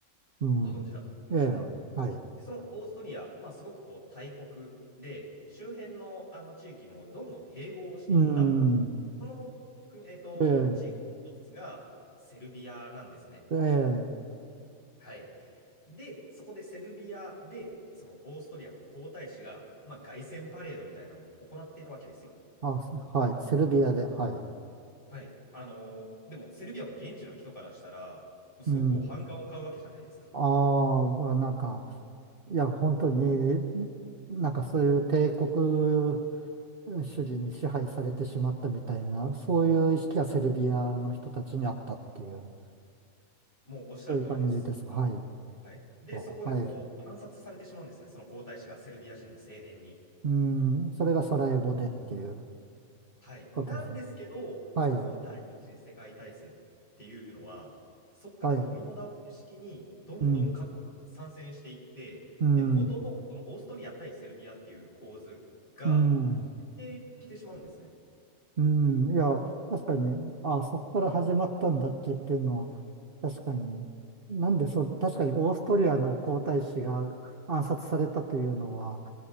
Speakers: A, on the right; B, on the left.
A: うん。
B: ご存知だと思うんですけれども、
A: ええ、はい。
B: で、そのオーストリア、まあ、すごくこう大国で、周辺のあの地域もどんどん併合をしていった、
A: うん。
B: この国、えっと、
A: ええ、
B: 地域の一つがセルビアなんですね。
A: ええ、
B: はい。で、そこでセルビアで、そのオーストリアの皇太子が、まあ、凱旋パレードみたいなのを行っていたわけですよ。
A: あ、すはい。セルビアで、はい。
B: はい。あのーでも、セルビアの現地の人からしたら、もうすごくこう反感を買うわけじゃないですか。
A: うん。ああ、なんか、いや、本当に、なんかそういう帝国主義に支配されてしまったみたいな、そういう意識がセルビアの人たちにあったっていう、
B: もうおっしゃる通りです。
A: そういう感じですか。はい。
B: はい。で、
A: そうはい。
B: そこでこう暗殺されてしまうんですね、その皇太子がセルビア人の青年に。
A: うん。それがサラエボでっていう
B: はい。
A: ことです。
B: なんですけど、
A: はい。
B: この第一次世界大戦っていうのは、そこからドミノ倒し式にどんどん各国が参戦していって、
A: はい。うん。うん。
B: で、元のそのオーストリア対セルビアっていう構図が
A: うん。
B: できてしまうんですね。
A: うん、いや、確かに、あ、そこから始まったんだっけっていうのは、確かに、なんでそ、確かにオーストリアの皇太子が暗殺されたというのは、